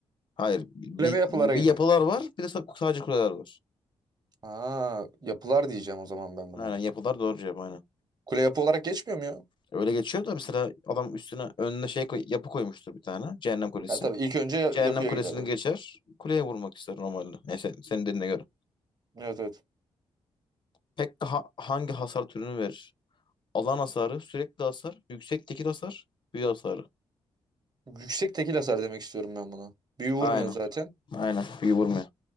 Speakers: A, on the left; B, on the right.
A: hayır. Bir,
B: Kule ve yapılara
A: bir
B: gidiyor.
A: yapılar var, bir de sa- sadece kuleler var.
B: Ha, yapılar diyeceğim o zaman ben buna.
A: Aynen yapılar doğru cevap aynen.
B: Kule yapı olarak geçmiyor mu ya?
A: Öyle geçiyor da mesela adam üstüne önüne şey koy, yapı koymuştur bir tane. Cehennem Kulesi.
B: Ya tabii ilk önce ya-
A: Cehennem
B: yapıya
A: kulesini
B: gider. Evet
A: geçer. Kuleye vurmak ister normalde. Yani sen, senin dediğine göre.
B: evet. evet.
A: Pekka ha- hangi hasar türünü verir? Alan hasarı, sürekli hasar, yüksek tekil hasar, büyü hasarı.
B: Yüksek tekil hasar demek istiyorum ben buna. Büyü vurmuyor
A: Aynen.
B: zaten.
A: Aynen. Büyü vurmuyor.